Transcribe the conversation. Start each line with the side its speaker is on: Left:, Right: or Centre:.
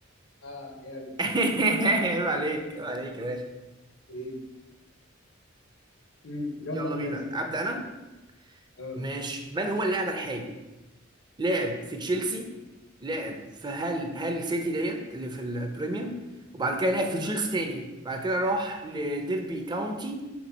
Left: اه جامد
Right: <laughs>
Left: هي
Right: عيب عليك عيب عليك يا باشا
Left: هي مم. يلا
Right: يلا
Left: ابدا
Right: بينا
Left: انت
Right: ابدا انا
Left: اه
Right: ماشي من هو اللاعب الحالي لعب في تشيلسي لعب في هال هال سيتي ديت اللي في البريميوم وبعد كده لعب في
Left: مم.
Right: تشيلسي تاني بعد كده راح لديربي كاونتي